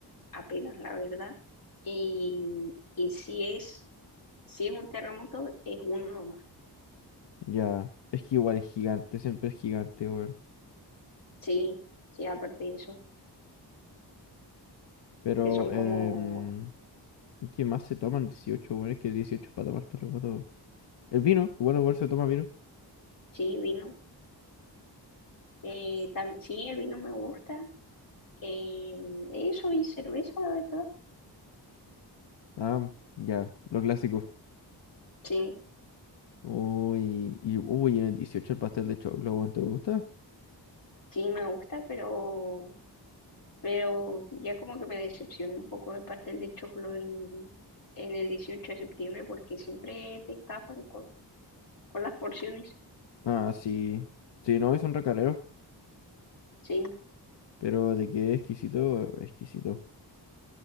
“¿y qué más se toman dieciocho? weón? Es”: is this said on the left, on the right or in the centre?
Left